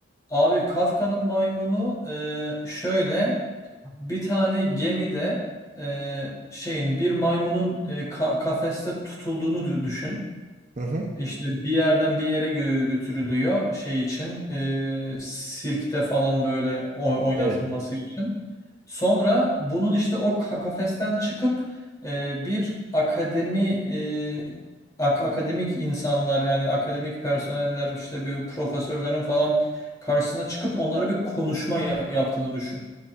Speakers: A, on the left (about 20°); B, on the right (about 40°).
A: Abi Kafka'nın Maymunu eee, şöyle bir tane gemide eee, şeyin bir maymunun eee, ka- kafeste tutulduğunu dü- düşün.
B: Hı hı.
A: İşte bir yerden bir yere gö- götürülüyor şey için e, sirkte falan böyle o- oynatılması
B: Evet.
A: için. Sonra bunun işte o ka- kafesten çıkıp e, bir akademi e, ak- akademik insanlar yani akademik personeller işte bir profesörlerin falan karşısına çıkıp onlara bir konuşma ya- yaptığını düşün.